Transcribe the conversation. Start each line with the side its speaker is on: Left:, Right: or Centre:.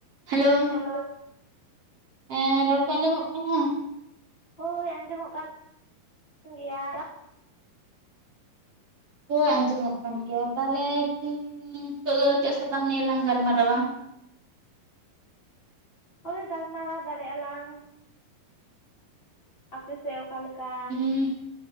Right: Hello,
Left: hello
Right: ᱮᱸ ᱨᱚᱲ ᱠᱚ ᱟᱸᱡᱚᱢᱚᱜ ᱠᱟᱱᱟ
Left: ᱦᱳᱭ ᱟᱸᱡᱚᱢᱚᱜ ᱠᱟᱱ ᱜᱮᱭᱟ᱾
Right: ᱦᱳᱭ ᱟᱸᱡᱚᱢᱚᱜ ᱠᱟᱱ ᱜᱮᱭᱟ ᱛᱟᱦᱚᱞᱮ ᱛᱤᱦᱤᱱ ᱱᱤᱛᱚᱜ ᱫᱚ ᱪᱮᱜ ᱥᱟᱛᱟᱢ ᱱᱤᱭᱮ ᱞᱟᱝ ᱜᱟᱞᱢᱟᱨᱟᱣᱟ?
Left: ᱦᱳᱭ ᱜᱟᱞᱢᱟᱨᱟᱣ ᱫᱟᱲᱮᱭᱟᱜ ᱟᱞᱟᱝ᱾ ᱟᱯᱮ ᱥᱮᱜ ᱚᱠᱟ ᱞᱮᱠᱟ
Right: ᱩᱸ